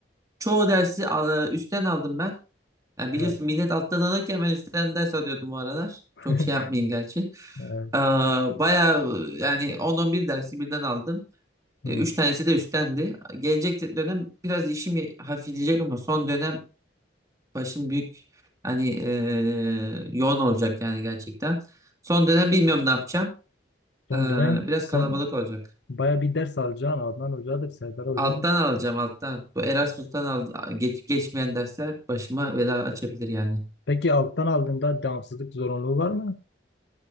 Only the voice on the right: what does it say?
Çoğu dersi e, üstten aldım ben. Yani biliyorsun
millet alttan alırken ben üstten ders alıyordum bu aralar.
Çok şey yapmayayım gerçi.
Ee, bayağı yani 10-11 dersi birden aldım.
E, 3 tanesi de üsttendi. Gelecek dönem biraz işim hafifleyecek ama son dönem başım büyük hani e, yoğun olacak yani gerçekten. Son dönem bilmiyorum ne yapacağım.
Ee,
biraz
kalabalık olacak.
Alttan alacağım alttan. Bu Erasmus'tan al, geç, geçmeyen dersler başıma bela açabilir yani.